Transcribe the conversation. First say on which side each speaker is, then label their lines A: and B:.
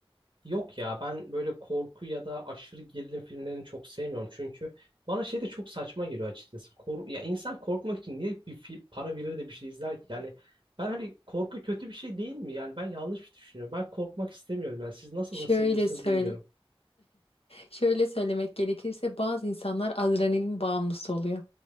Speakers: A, on the right (about 55°); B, on the left (about 75°).
A: Yok ya ben böyle korku ya da aşırı gerilim filmlerini çok sevmiyorum. Çünkü bana şey de çok saçma geliyor açıkçası. Kor ya insan korkmak için niye bir fi- para verir de bir şey izler ki? Yani ben hani korku kötü bir şey değil mi? Yani ben yanlış bir düşünüyorum. Ben korkmak istemiyorum. Yani siz nasıl
B: Şöyle
A: bunu seviyorsunuz
B: söyle,
A: bilmiyorum.
B: şöyle söylemek gerekirse bazı insanlar adrenalin bağımlısı oluyor.